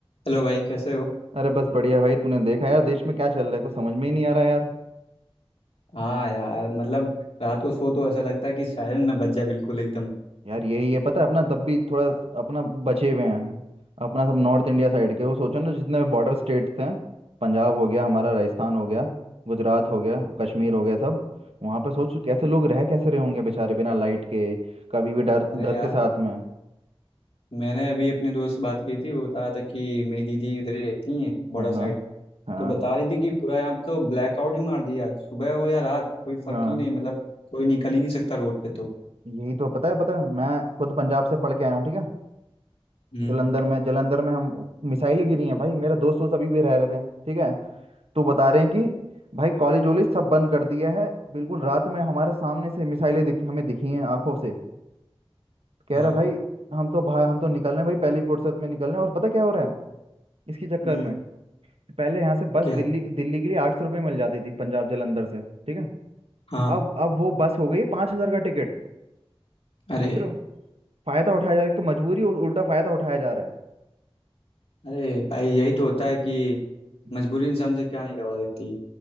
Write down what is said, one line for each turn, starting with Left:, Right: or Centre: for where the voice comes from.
Left: हेलो भाई कैसे हो
Right: अरे बस बढ़िया भाई तूने देखा यार देश में क्या चल रहा है कुछ समझ में ही नहीं आ रहा यार
Left: हाँ यार मतलब रात को सो तो ऐसा लगता है कि सायरन ना बज जाए बिल्कुल एकदम
Right: यार यही है पता है अपना तब भी थोड़ा अपना बचे हुए हैं अपना सब नॉर्थ इंडिया साइड के वो सोचो ना जितने बॉर्डर स्टेट्स हैं पंजाब हो गया हमारा राजस्थान हो गया गुजरात हो गया कश्मीर हो गया सब वहाँ पे सोच कैसे लोग रह कैसे रहे होंगे बेचारे बिना लाइट के कभी भी डर
Left: अरे
Right: डर
Left: यार
Right: के साथ में
Left: मैंने अभी अपने दोस्त से बात की थी वो बता रहा था कि मेरी दीदी उधर ही रहती हैं बड़ा
Right: हाँ
Left: साइड
Right: हाँ हाँ
Left: तो बता रही थी कि पूरा यहाँ तो ब्लैकआउट ही मार दिया यार सुबह हो या रात कोई फर्क
Right: हाँ
Left: ही नहीं मतलब कोई निकल ही नहीं सकता रोड पे तो
Right: यही तो पता है पता है मैं खुद पंजाब से पढ़ के आया हूँ ठीक है
Left: हम्म
Right: जलंधर में जलंधर में हम मिसाइलें गिरी हैं भाई मेरे दोस्त दोस्त अभी भी रह रहे थे ठीक है तो बता रहे हैं कि भाई कॉलेज वॉलेज सब बंद कर दिया है बिल्कुल रात में हमारे सामने से मिसाइलें दिख, हमें दिखी हैं आंखों से कह
Left: हाँ
Right: रहा भाई हम तो भा, हम तो निकल रहे हैं भाई पहली फुर्सत में निकल रहे हैं और पता क्या हो रहा है इसके चक्कर
Left: हम्म
Right: में पहले यहाँ से बस
Left: क्या
Right: दिल्ली दिल्ली के लिए आठ सौ रुपये मिल जाती थी पंजाब जालंधर से ठीक है
Left: हाँ
Right: अब अब वो बस हो गई पाँच हजार का टिकट
Left: अरे
Right: सोच रहे हो फायदा उठाया जा रहा है एक तो मजबूरी और उल्टा फायदा उठाया जा रहा है
Left: अरे भाई यही तो होता है कि
Right: हम्म,
Left: मजबूरी इंसान से क्या नहीं करवा देती